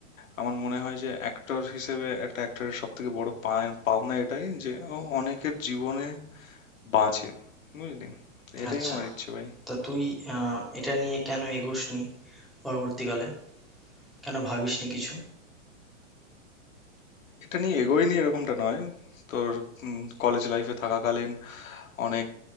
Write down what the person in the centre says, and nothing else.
আচ্ছা
তা তুই আহ, এটা নিয়ে কেন এগোসনি পরবর্তীকালে কেন ভাবিসনি কিছু